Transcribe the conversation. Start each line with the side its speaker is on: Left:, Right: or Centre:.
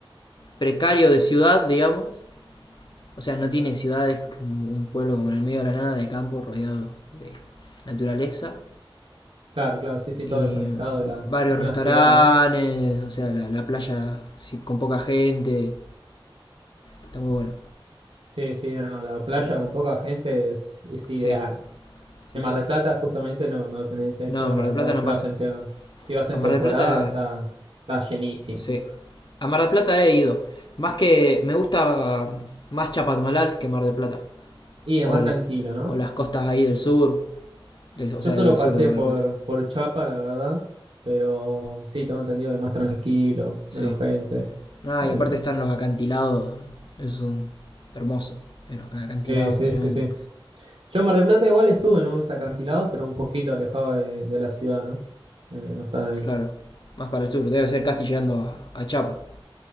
Left: precario de ciudad, digamos. O sea, no tiene ciudades, un, un pueblo como en el medio de la nada, de campo, rodeado de naturaleza.
Right: Claro, claro, sí, sí,
Left: Y
Right: todo desconectado de la,
Left: varios
Right: una
Left: restaurantes,
Right: ciudad, ¿no?
Left: o sea, la, la playa sí, con poca gente. Está muy bueno.
Right: Sí, sí, no, la playa
Left: Eh,
Right: con poca gente es, es
Left: sí,
Right: ideal. En
Left: sí,
Right: Mar
Left: sí.
Right: del Plata justamente no, no tenés eso,
Left: No, en
Right: la
Left: Mar del
Right: verdad
Left: Plata
Right: que
Left: no
Right: si
Left: pasa.
Right: vas en, tem- si vas
Left: A
Right: en
Left: Mar
Right: temporada
Left: del Plata,
Right: está, está llenísimo.
Left: sí. A Mar del Plata he ido. Más que me gusta más Chapadmalal que Mar del Plata.
Right: Y es
Left: o,
Right: más
Left: el-
Right: tranquilo, ¿no?
Left: o las costas ahí del sur, del- o
Right: Yo
Left: sea,
Right: solo
Left: del
Right: pasé
Left: sur de Mar
Right: por,
Left: del Plata.
Right: por Chapa, la verdad, pero sí, tengo entendido que es más tranquilo,
Left: Sí.
Right: menos gente.
Left: Nada,
Right: Eh,
Left: y aparte están los acantilados, esos son hermosos, eh, los acantilados
Right: sí, sí,
Left: tremendos.
Right: sí, sí. Yo en Mar del Plata igual estuve en unos acantilados, pero un poquito alejado de, de la ciudad, ¿no? Eh, no están ahí.
Left: Claro, más para el sur, debe ser casi llegando a, a Chapa.